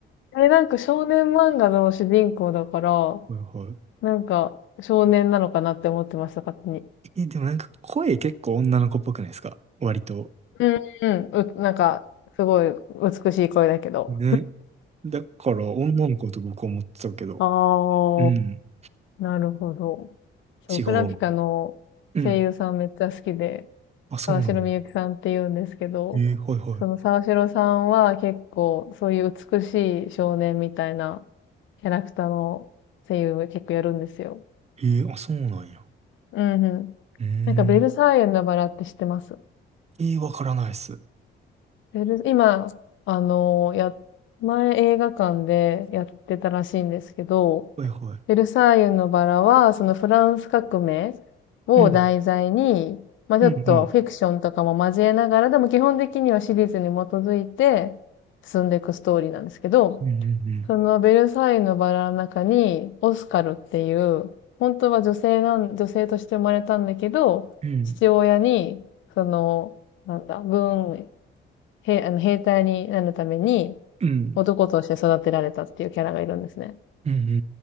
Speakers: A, on the left (about 75°); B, on the right (about 35°).
A: え、なんか少年漫画の主人公だから、
B: いはい。
A: なんか、少年なのかなって思ってました、勝手に。
B: え、でもなんか声結構女の子っぽくないですか割と。
A: うんうん、う、なんか、すごい美しい声だけど。
B: ね。だから女の子と僕は思ってたけど。
A: あ
B: うん。
A: あ、なるほど。そう、
B: 違う。
A: クラピカの声優さんめっちゃ好きで、
B: うん。あ、そうなんや。
A: 沢城みゆきさんって言うんですけど、
B: えー、はいは
A: その沢城さんは結構そういう美しい少年みたいなキャラクターの声優を結構やるんですよ。
B: い。えー、あ、そうなんや。
A: うんうん。
B: うー
A: なんかベルサイユのバラって知ってます
B: ん。えー、わからないっす。
A: ベル今、あの、や、前映画館でやってたらしいんですけど、
B: はいはい。
A: ベルサイユのバラは、そのフランス革命を題材に、
B: うん。
A: まあちょっとフィクションとかも交えながら、
B: うんうん。
A: でも基本的にはシリーズに基づいて進んでいくストーリーなんですけど、
B: うんう
A: そのベルサイユのバラの中に、オスカルっていう、本当は女性なん、女性として生まれたんだけど、
B: んうん。うん。
A: 父親に、その、なんだ、文へ、あの、兵隊になるために
B: うん
A: 男として育てられたっていうキャラがいるんですね。
B: うんうんうんう